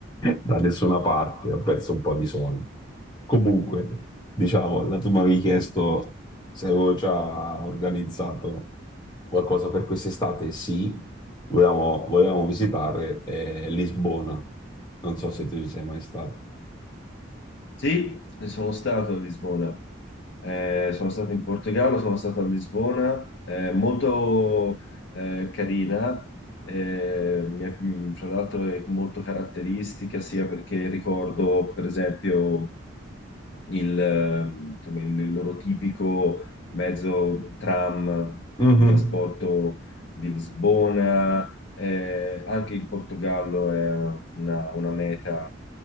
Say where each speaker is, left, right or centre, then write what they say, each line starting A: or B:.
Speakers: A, on the left; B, on the left.
A: da nessuna parte, ho perso un po' di soldi. Comunque, diciamo, la tu mi avevi chiesto se avevo già organizzato qualcosa per quest'estate, sì, volevamo, volevamo visitare eh, Lisbona, non so se tu ci sei mai stato.
B: Sì, sono stato a Lisbona. Eh, sono stato in Portogallo, sono stato a Lisbona, eh, molto eh, carina, eh, mi è- mh, tra l'altro è molto caratteristica sia perché ricordo per esempio il, eh, insomma, il- il loro tipico mezzo tram
A: Mhm.
B: di trasporto di Lisbona. eh, anche il Portogallo è una, una meta